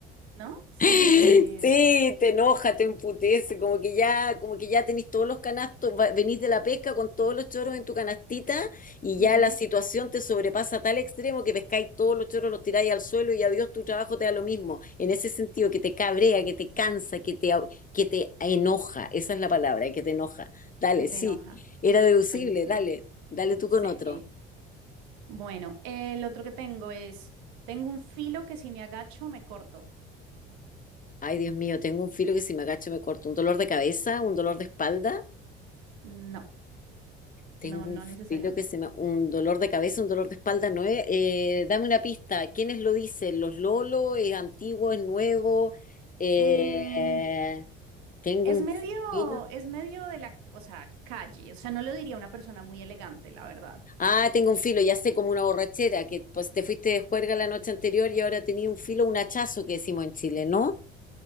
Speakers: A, on the right; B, on the left.
A: ¿no?
B: <laughs>
A: Sí, me...
B: Sí, te enoja, te emputece, como que ya, como que ya tenés todos los canastos, va- venís de la pesca con todos los choros en tu canastita y
A: ujú,
B: ya la situación te sobrepasa a tal extremo que pescáis todos los choros, los tiráis al suelo y adiós, tu trabajo te da lo mismo. En ese sentido, que te cabrea, que te cansa, que te, au- que te enoja, esa es la palabra, que te enoja. Dale,
A: que te
B: sí,
A: enoja.
B: era deducible,
A: Buenísimo.
B: dale, dale tú
A: Sí.
B: con otro.
A: Bueno, el otro que tengo es, tengo un filo que si me agacho me corto.
B: Ay, Dios mío, tengo un filo que si me agacho me corto, un dolor de cabeza, un dolor de espalda.
A: No,
B: Tengo
A: no, no
B: un
A: necesariamente.
B: filo que se me... un dolor de cabeza, un dolor de espalda, no es... eh, dame una pista, ¿quiénes lo dicen? ¿Los Lolo? ¿Es antiguo? ¿Es nuevo? Eh,
A: Mm,
B: tengo
A: es
B: un
A: medio,
B: filo...
A: es medio de la, o sea, calle. O sea, no lo diría una persona muy elegante, la verdad.
B: Ah, tengo un filo, ya sé, como una borrachera, que pues te fuiste de juerga la noche anterior y ahora tenía un filo, un hachazo que decimos en Chile, ¿no?